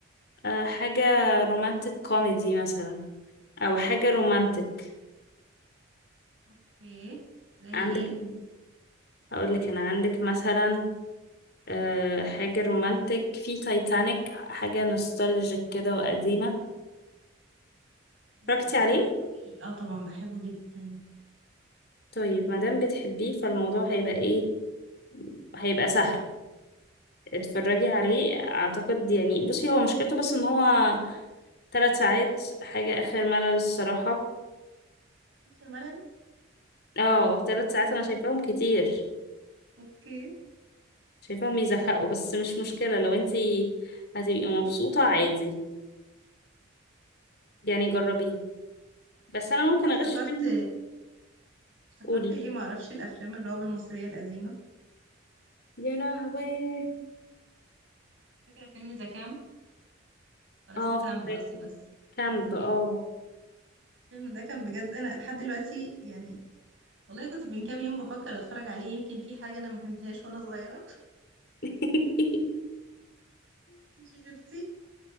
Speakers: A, on the left; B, on the right.
A: آه حاجة رومانتك كوميدي مثلا او حاجة رومانتك
B: اوكي زي
A: عندك
B: ايه
A: اقول لك انا عندك مثلا آه، حاجة رومانتك في تايتانيك حاجة نوستالجيك كده وقديمة
B: أوه،
A: اتفرجتي
B: بحبه
A: عليه
B: قوي اه طبعا بحبه جدا
A: طيب مادام بتحبيه فالموضوع هيبقى ايه هيبقى سهل اتفرجي عليه اعتقد يعني بصي هو مشكلته بس ان هو ثلاث ساعات حاجة اخر ملل الصراحة
B: مش الملل
A: اه ثلاث ساعات انا شايفاهم كتير
B: اوكي
A: شايفاهم يزهقوا بس مش مشكلة لو انتي هتبقي مبسوطة عادي يعني
B: لا، خلاص
A: جربيه
B: نجرب.
A: بس انا
B: مش عارفة
A: ممكن
B: افتكرت
A: اغش منك
B: افتكرت
A: قولي
B: ليه ما اعرفش الافلام الرعب المصرية القديمة
A: يا لهوي
B: فاكرة فيلم ذا كامب ولا اسمه
A: اه
B: كامب قصدي
A: فكرة
B: بس
A: كامب
B: ذا كامب
A: اه
B: الفيلم ده كان بجد انا لحد دلوقتي يعني والله كنت من كام يوم بفكر اتفرج عليه يمكن في حاجه انا ما فهمتهاش وانا صغيره <laughs>
A: <laughs>
B: انت شفتي